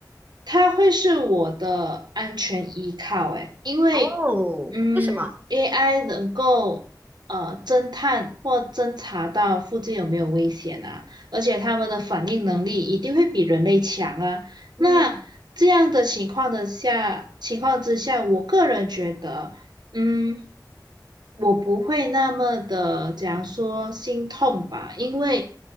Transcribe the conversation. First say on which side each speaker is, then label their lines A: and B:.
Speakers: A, on the right; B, on the right.
A: 它会是我的安全依靠，诶，因为嗯，AI
B: 哦，为什么？
A: 能够呃侦探或侦查到附近有没有危险啊，而且他们的反应能力一定会比人类强啊。
B: 嗯
A: 那这样的情况的下情况之下，我个人觉得，嗯，我不会那么的，讲说心痛吧，因为。